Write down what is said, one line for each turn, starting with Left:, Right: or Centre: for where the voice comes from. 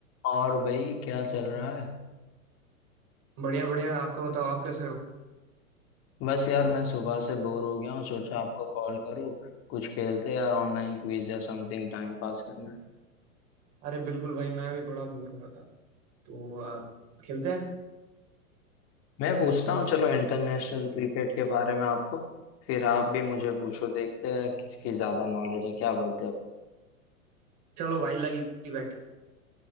Left: और भाई क्या चल रहा है
Right: बढ़िया बढ़िया आपका बताओ आप कैसे हो
Left: बस यार मैं सुबह से बोर हो गया हूँ सोचा आपको कॉल करूँ कुछ खेलते यार ऑनलाइन क्विज या समथिंग टाइम पास करना है
Right: अरे बिल्कुल भाई मैं भी बड़ा बोर हो रहा था तो आ, खेलते हैं
Left: मैं पूछता हूँ चलो इंटरनेशनल क्रिकेट के बारे में आपको फिर आप भी मुझे पूछो देखते हैं किसकी ज्यादा नॉलेज है क्या बोलते हो
Right: चलो भाई लगी बैठ